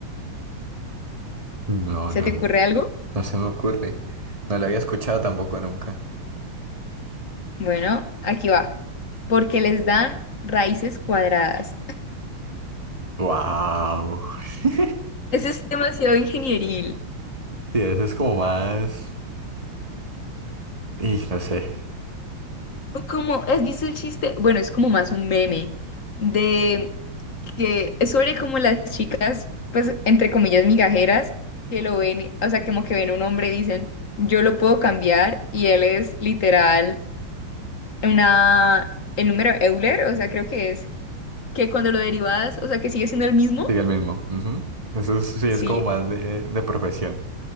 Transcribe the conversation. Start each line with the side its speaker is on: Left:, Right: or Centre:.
Right: No,
Left: ¿Se
Right: no,
Left: te
Right: no
Left: ocurre algo?
Right: no se me ocurre. No la había escuchado tampoco nunca.
Left: Bueno, aquí va. Porque les dan raíces cuadradas.
Right: Wow. <laughs>
Left: <laughs> Ese es demasiado ingenieril.
Right: Sí, eso es como más. Y no sé.
Left: Como, ¿has visto el chiste? Bueno, es como más un meme de que es sobre como las chicas, pues, entre comillas, migajeras, que lo ven, o sea, como que ven un hombre y dicen, yo lo puedo cambiar, y él es literal una, el número Euler, o sea, creo que es, que cuando lo derivas, o sea, que sigue siendo el mismo,
Right: Sería el mismo. Ujú. Eso es- sí
Left: sí,
Right: es como más de, de profesión.